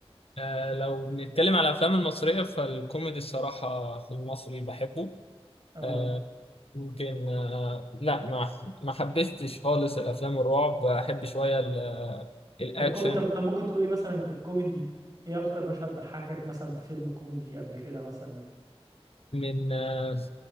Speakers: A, on the left; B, on the right.
A: آه، لو بنتكلم على الافلام المصريه فالكوميدي الصراحه في المصري بحبه
B: اه
A: آه، يمكن آه، لا ما ما حبستش خالص الافلام الرعب احب شويه ال- الاكشن
B: الكوميدي طب طب ممكن تقول لي مثلا في الكوميدي ايه اكتر مشهد ضحكك مثلا في فيلم كوميدي قبل كده مثلا
A: من آه،